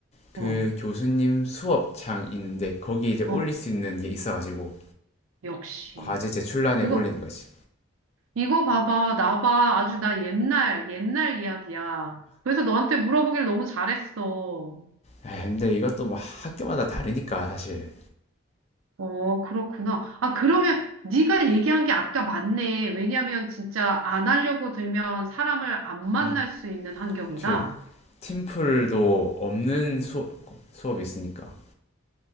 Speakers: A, on the left; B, on the right.
A: 그
B: 어,
A: 교수님 수업창 있는데 거기 이제
B: 어,
A: 올릴 수 있는 게 있어가지고
B: 역시.
A: 과제 제출란에
B: 이거,
A: 올리는 거지.
B: 이거 봐봐. 나 봐. 아주 나 옛날, 옛날 이야기야. 그래서 너한테 물어보길 너무 잘했어.
A: 에 근데 이것도 뭐 학교마다 다르니까 사실.
B: 어, 그렇구나. 아, 그러면 네가 얘기한 게 아까 맞네. 왜냐면 진짜 안 하려고 들면 사람을 안 만날
A: 음,
B: 수 있는 환경이다.
A: 그치. 팀플도 없는 수, 수업이 있으니까.